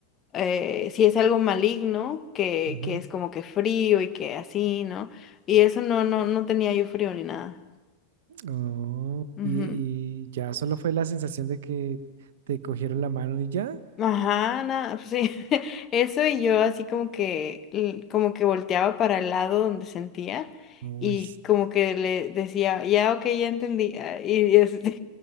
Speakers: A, on the left; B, on the right.
A: eh, si es algo maligno, que,
B: Ujú.
A: que es como que frío y que así, ¿no? Y eso no, no, no tenía yo frío ni nada.
B: Oh,
A: Ujú.
B: y, y ya solo fue la sensación de que te cogieron la mano y ya.
A: Ajá, nada, pues sí. <laughs> Eso y yo así como que, l- como que volteaba para el lado donde sentía
B: Uy.
A: y como que le decía, ya, ok, ya entendí. ah, Y, y así,